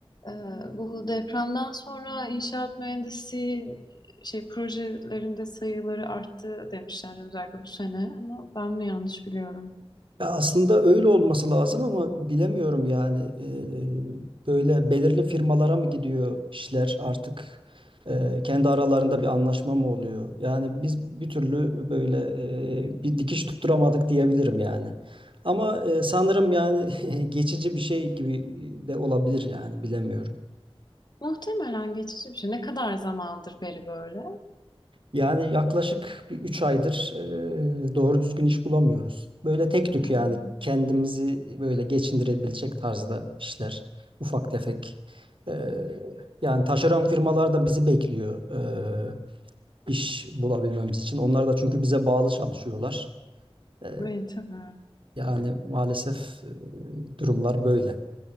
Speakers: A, on the left (about 45°); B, on the right (about 60°).
A: Ee, Bu depremden sonra inşaat mühendisi şey projelerinde sayıları arttı demişlerdi özellikle bu sene ama ben mi yanlış biliyorum?
B: Ya aslında öyle olması lazım ama bilemiyorum yani Ee, böyle belirli firmalara mı gidiyor işler artık Ee, kendi aralarında bir anlaşma mı oluyor? Yani biz bir türlü böyle e, bir dikiş tutturamadık diyebilirim yani. Ama e, sanırım yani <laughs> geçici bir şey gibi de olabilir yani bilemiyorum.
A: Muhtemelen geçici bir şey. Ne kadar zamandır beri böyle?
B: Yani yaklaşık bir 3 aydır e, doğru düzgün iş bulamıyoruz. Böyle tek tük
A: Ee,
B: yani kendimizi böyle geçindirebilecek tarzda işler. Ufak tefek. E, yani taşeron firmalar da bizi bekliyor e, iş bulabilmemiz için. Onlar da çünkü bize bağlı çalışıyorlar. E,
A: Evet tabii.
B: yani maalesef e, durumlar böyle.